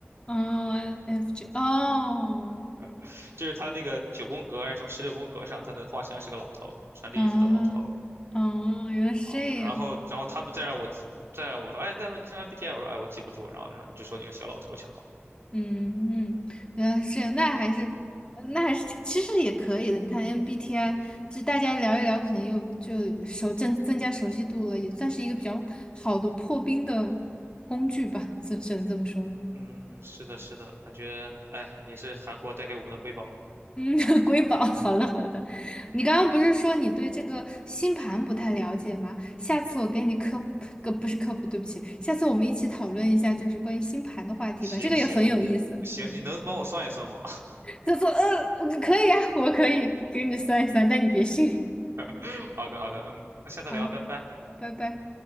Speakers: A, on the left; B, on the right.
A: 嗯，F J 哦，
B: <laughs> 就是他那个九宫格还是什么十六宫格上，他的画像是个老头，穿绿衣服的老头
A: 啊，哦，原来是这样，
B: 啊。然后，然后他们再让我再让我说，哎，再问你是 MBTI，我说哎我记不住，然后然后你就说你是小老头就好了。
A: 嗯嗯，原来是这样，那还是呃那还是挺其实也可以的。你看 MBTI，就大家聊一聊，可能又就熟增增加熟悉度了，也算是一个比较好的破冰的工具吧，只只能这么说。
B: 嗯，是的，是的，感觉哎也是韩国带给我们的瑰宝。
A: 嗯，<laughs> 瑰宝，<laughs> 好的好的。你刚刚不是说你对这个星盘不太了解吗？下次我给你科普，呃，不是科普，对不起，下次我们一起讨论一下，就是关于星盘的话题吧，
B: 行行的，
A: 这个也很有意思。
B: 行，
A: 嗯，
B: 你能帮我算一算吗？
A: 就说，呃，可以啊，我可以给你算一算，但你别信。
B: <laughs> 好的好的，嗯，那下次聊，
A: 好，
B: 拜拜。
A: 拜拜。